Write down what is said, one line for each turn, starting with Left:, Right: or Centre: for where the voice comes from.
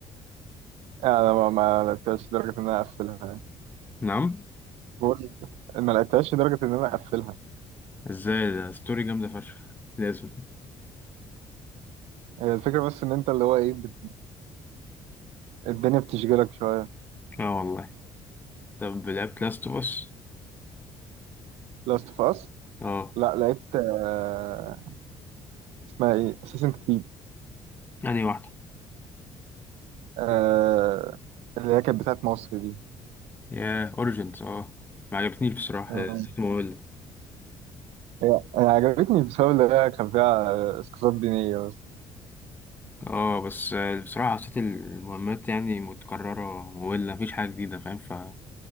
Right: يعني انا ما ما لعبتهاش لدرجه ان انا اقفلها يعني
Left: نعم؟
Right: فور ما لعبتهاش لدرجه ان انا اقفلها
Left: ازاي ده ستوري جامدة فشخ لازم
Right: هي الفكره بس ان انت اللي هو ايه بت... الدنيا بتشغلك شويه
Left: اه والله طب لعبت لاست اوف اس؟
Right: لاست اوف اس
Left: اه
Right: لا لعبت آه... اسمها ايه اساسن كريد
Left: أنهي واحدة؟
Right: آه... اللي هي كانت بتاعت مصر دي
Left: ياه أوريجينز اه ما عجبتنيش بصراحة
Right: آه،
Left: آه، نسيت مملة
Right: هي هي عجبتني بسبب اللي هي كان فيها آه، اسقاطات دينيه بس
Left: اه بس آه، بصراحة حسيت المهمات يعني متكررة مملة مفيش حاجة جديدة فاهم ف